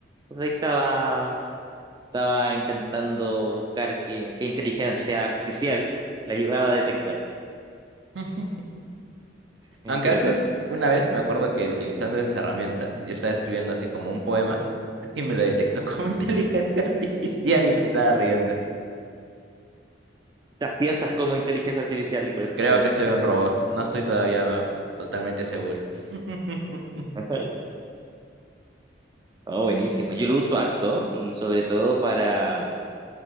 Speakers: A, on the right; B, on the right.
A: Pues ahí estaba, estaba intentando buscar qué, qué inteligencia artificial la ayudaba a detectar.
B: <laughs>
A: Es
B: Aunque
A: Interesante.
B: antes, una vez, me acuerdo que utilizando esas herramientas, yo estaba escribiendo así como un poema y me lo detectó como <laughs> inteligencia artificial y me estaba riendo.
A: las piensas como inteligencia artificial y por eso
B: Creo
A: te lo detecta
B: que soy un
A: de esa
B: robot.
A: forma.
B: No estoy todavía ah, totalmente seguro. <laughs>
A: <laughs> Oh, buenísimo. Yo lo uso harto y sobre todo para,